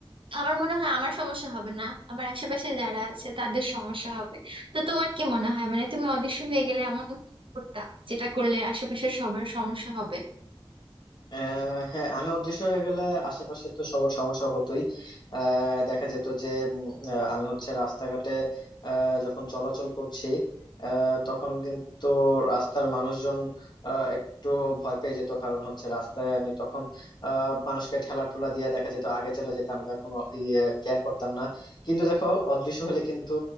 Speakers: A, on the right (about 65°); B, on the left (about 50°).
A: আমার মনে হয় আমার সমস্যা হবে না আমার আশেপাশে যারা আছে তাদের সমস্যা হবে তো তোমার কি মনে হয় মানে তুমি অদৃশ্য হয়ে গেলে এমন কি করতা যেটা করলে আশেপাশের সবার সমস্যা হবে
B: আহ হ্যাঁ আমি অদৃশ্য হয়ে গেলে আশেপাশে তো সবার সমস্যা হতোই আহ দেখা যেত যে উম, আহ, আমি হচ্ছে রাস্তাঘাটে আহ, যখন চলাচল করছি আহ, তখন কিন্তু রাস্তার মানুষজন আহ, একটু ভয় পেয়ে যেত কারণ হচ্ছে রাস্তায় আমি তখন আহ, মানুষকে ঠেলা ঠুলা দিয়ে দেখা যেত আগে চলে যেতাম গা, কোনো কেয়ার করতাম না কিন্তু দেখো অদৃশ্য হলে কিন্তু